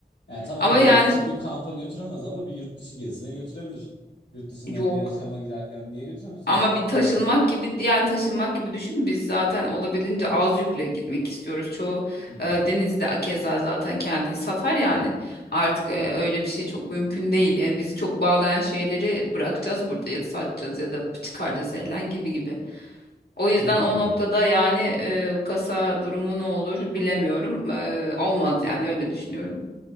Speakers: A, on the left; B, on the left.
A: Yani tamam
B: Ama
A: böyle
B: yani
A: küçük bir kampa götüremez ama bir yurt dışı gezisine götürebilir. Yurt dışında
B: Yok
A: bir yaşama girerken niye götüremesin
B: Ama bir
A: kargoyu?
B: taşınmak gibi yani taşınmak gibi düşün. Biz zaten olabildiğince az yükle gitmek istiyoruz. Çoğu
A: Hmm.
B: e, denizde akeza zaten kendi satar yani. Artık e, öyle bir şey çok mümkün değil. Yani bizi çok bağlayan şeyleri bırakacağız burada ya da satacağız ya da çıkaracağız elden gibi gibi. O yüzden
A: Hmm.
B: o noktada yani e, kasa durumu ne olur bilemiyorum. E, olmaz yani öyle düşünüyorum.